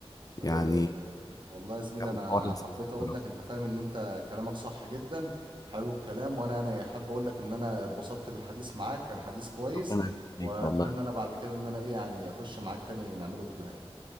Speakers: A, on the right; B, on the left.
A: أه
B: يعني
A: والله يا زميلي
B: كان
A: انا
B: حوار لذيذ
A: حبيت اقول
B: بصراحة.
A: لك انت فاهم ان انت كلامك صح جدا حلو الكلام وانا يعني حابب اقول لك ان انا اتبسطت بالحديث معاك كان حديث كويس
B: ربنا
A: واتمنى
B: يخليك والله
A: انا بعد كده ان انا ايه يعني اخش معاك تاني نعمله فيديوهات